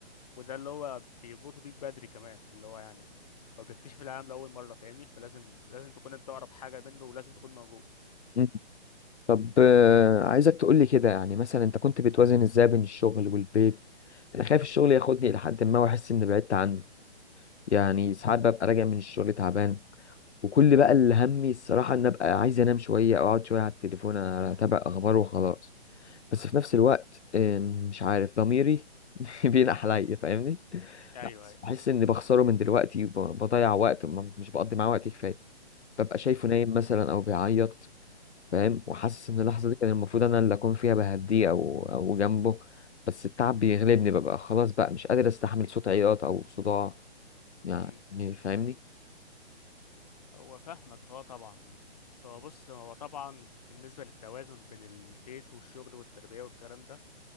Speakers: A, on the left; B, on the left.
A: وده اللي هو بيربطوا بيك بدري كمان اللي هو يعني هو بيكتشف العالم لأول مرة فاهمني فلازم لازم تكون انت أقرب حاجة منه ولازم تكون موجود
B: مم. طب آه، عايزك تقولي كده يعني مثلا انت كنت بتوازن ازاي بين الشغل والبيت انا خايف الشغل ياخدني لحد ما واحس اني بعدت عنه يعني ساعات ببقى راجع من الشغل تعبان وكل بقى اللي همي الصراحة ان ابقى عايز انام شوية او اقعد شوية على التليفون اتابع اخبار وخلاص بس في نفس الوقت آم، مش عارف ضميري <laughs> بينح عليا فاهمني
A: ايوه
B: بس
A: ايوه
B: بحس اني بخسره من دلوقتي وب- بضيع وقت ما- مش بقضي معاه وقت كفاية ببقى شايفه
A: امم
B: نايم مثلا او بيعيط فاهم وحاسس ان اللحظه
A: امم.
B: دي كان المفروض انا اللي اكون فيها بهديه او او جنبه بس التعب بيغلبني ببقى خلاص بقى مش قادر استحمل صوت عياط او صداع يعني
A: مم.
B: فاهمني
A: هو فاهمك اه طبعا هو بص هو طبعا بالنسبة للتوازن بين البيت والشغل والتربية والكلام ده